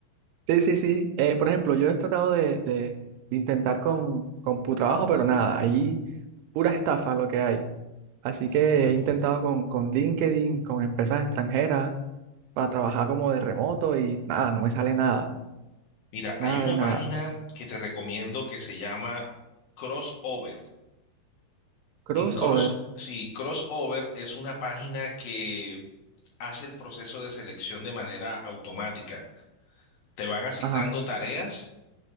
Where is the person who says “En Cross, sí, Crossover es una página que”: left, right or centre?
Left